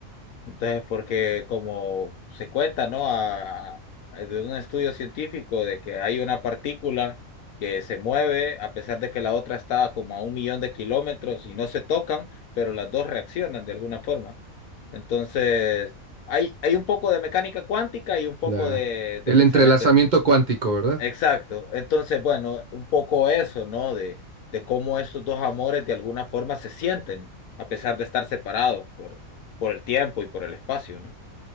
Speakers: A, on the left; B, on the right.
A: Entonces, porque como se cuenta, ¿no? A- a- de un estudio científico de que hay una partícula que se mueve a pesar de que la otra está como a un millón de kilómetros y no se tocan, pero las dos reaccionan de alguna forma. Entonces, hay, hay un poco de mecánica cuántica y un poco
B: La,
A: de, de
B: el
A: pensamiento
B: entrelazamiento cuántico, ¿verdad?
A: Exacto. Entonces, bueno, un poco eso, ¿no? De, de cómo esos dos amores de alguna forma se sienten, a pesar de estar separados por, por el tiempo y por el espacio, ¿no?